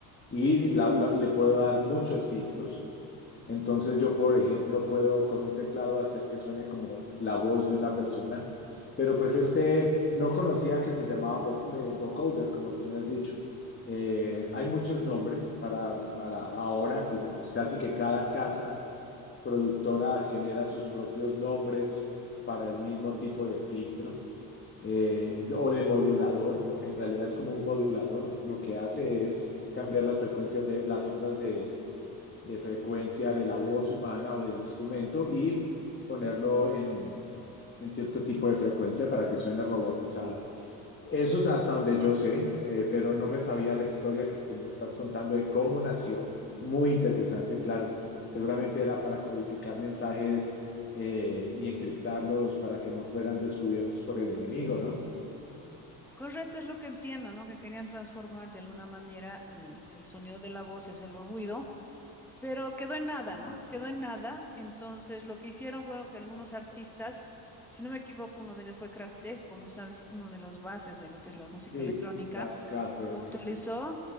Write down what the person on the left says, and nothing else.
y la- la- le puedo dar muchos filtros. Entonces yo, por ejemplo, puedo con un teclado hacer que suene como la voz de una persona pero pues este no conocía que se llamaba voc- eh, vocoder, como tú me has dicho. Eh, hay muchos nombres para, para ahora, digamos, casi que cada casa productora genera sus propios nombres para el mismo tipo de filtro eh, o de modulador, porque en realidad es como un modulador, lo que hace es cambiar las frecuencias de las ondas de, de frecuencia de la voz humana o del instrumento y ponerlo en, en cierto tipo de frecuencia para que suene robotizada. Eso es hasta donde yo sé, eh, pero no me sabía la historia que tú me estás contando de cómo nació. Muy interesante, claro. Seguramente era para codificar mensajes eh, y encriptarlos para que no fueran descubiertos por el enemigo, ¿no?
Ah,
Sí,
Kra- Kraftwerk.